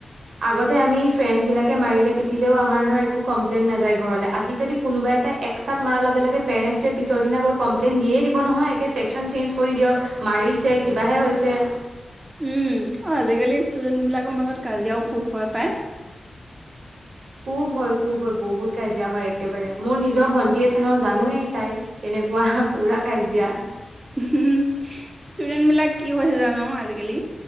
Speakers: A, on the right; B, on the right.
A: আগতে আমি ফ্ৰেণ্ডছ বিলাকে মাৰিলে পিটিলেও আমাৰ ধৰ একো কমপ্লেইন নাযায় ঘৰলে। আজিকালি কোনোবা এটাই একচাট মাৰা লগে-লগে পেৰেণ্টছ ডে পিছদিনা গৈ কমপ্লেয়েন দিয়েই দিব নহয় একে চেকচন চেনজ কৰি দিয়ক, মাৰিছে কিবাহে হৈছে।
B: উম, অ' আজিকালি ষ্টুডেন্ট বিলাকৰ মাজত কাজিয়াও খুব হয় পায়।
A: খুব হয়, খুব হয় বহুত কাজিয়া হয় একেবাৰে। মোৰ নিজৰ ভণ্টি আছে নহয় জানোৱেই তাই। তেনেকুৱা পুৰা কাজিয়া।
B: উমঁ' ষ্টুডেন্ট বিলাক কি হৈছে জানো আজিকালি।